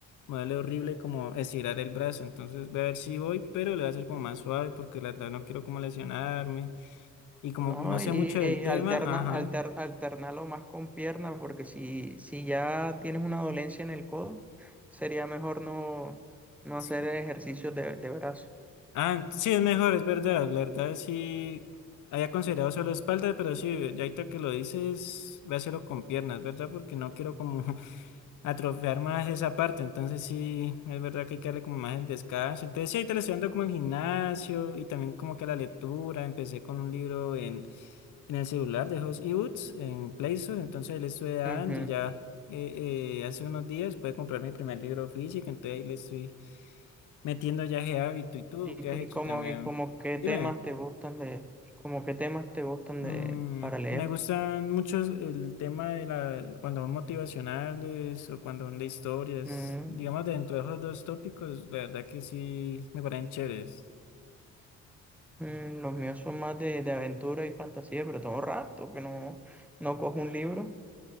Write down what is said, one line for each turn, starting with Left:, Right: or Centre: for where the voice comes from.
Left: Me duele horrible como estirar el brazo, entonces voy a ver si voy, pero le voy a hacer como más suave porque la verdad no quiero como lesionarme. Y como
Centre: ¿no?
Left: no sé
Centre: Y
Left: mucho del
Centre: eh,
Left: tema,
Centre: alterna,
Left: ajá.
Centre: alter, alternalo más con pierna, porque si, si ya tienes una dolencia en el codo, sería mejor no, no
Left: S-
Centre: hacer ejercicios de, de brazo.
Left: Ah, ent- sí, es mejor, es verdad. La verdad, sí. Había considerado solo espalda, pero sí, ya ahorita que lo dices, voy a hacerlo con piernas, ¿verdad? Porque no quiero como <laughs> atrofiar más esa parte. Entonces sí, es verdad que hay que darle como más el descanso. Entonces sí, ahí te le estoy dando como al gimnasio y también como que a la lectura. Empecé con un libro en, en el celular de Host Ebooks en Play Store. Entonces ahí le estoy dando
Centre: Ujú.
Left: y ya eh, eh, hace unos días pude comprar mi primer libro físico. Entonces ahí le estoy metiendo ya ese hábito. ¿Y tú
Centre: ¿Y,
Left: qué
Centre: co-
Left: has hecho
Centre: y como,
Left: también?
Centre: y como qué
Left: Dime.
Centre: temas te gustan de, como qué temas te gustan
Left: Mm,
Centre: de, para leer?
Left: me gustan mucho el tema de la, cuando son motivacionales o cuando son de historias.
Centre: Mm,
Left: Digamos, dentro de esos dos tópicos, la verdad que sí me parecen chéveres.
Centre: mm, los míos son más de, de aventura y fantasía, pero tengo rato que no, no cojo un libro.